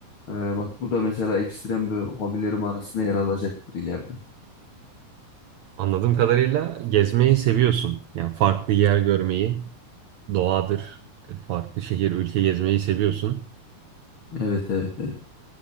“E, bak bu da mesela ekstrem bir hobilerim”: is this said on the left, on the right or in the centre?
Left